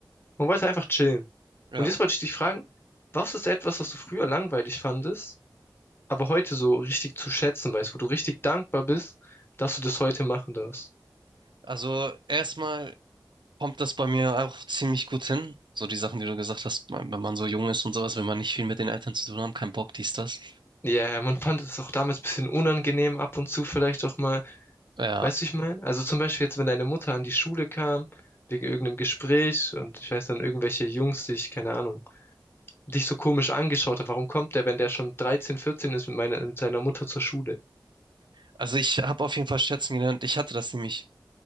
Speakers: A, on the left; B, on the right.
A: Man wollte einfach chillen.
B: ja.
A: Und jetzt wollte ich dich fragen, was ist etwas, was du früher langweilig fandest, aber heute so richtig zu schätzen weißt, wo du richtig dankbar bist, dass du das heute machen darfst?
B: Also erstmal kommt das bei mir auch ziemlich gut hin. So die Sachen, die du gesagt hast, wenn man so jung ist und sowas, wenn man nicht viel mit den Eltern zu tun haben, kein Bock, dies, das.
A: Ja, yeah, man fand es auch damals ein bisschen unangenehm ab und zu vielleicht auch mal.
B: Ja,
A: Weißt du, ich meine? Also zum Beispiel jetzt, wenn deine Mutter an die Schule kam, wegen irgendeinem Gespräch und ich weiß dann, irgendwelche Jungs dich, keine Ahnung, dich so komisch angeschaut hat. Warum kommt der, wenn der schon 13 14 ist mit meiner, mit seiner Mutter zur Schule?
B: also ich habe auf jeden Fall schätzen gelernt. Ich hatte das nämlich,